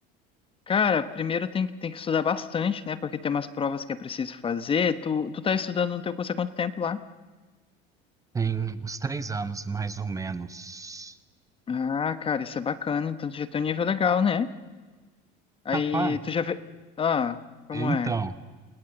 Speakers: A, on the left; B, on the right.
A: cara, primeiro tem que, tem que estudar bastante, né? Porque tem umas provas que é preciso fazer. Tu, tu tá estudando no teu curso há quanto tempo lá?
B: Tem uns três anos mais ou menos.
A: Ah, cara, isso é bacana. Então tu já tem um nível legal, né? Aí
B: Rapaz,
A: tu já vê. Ah, como
B: então,
A: é?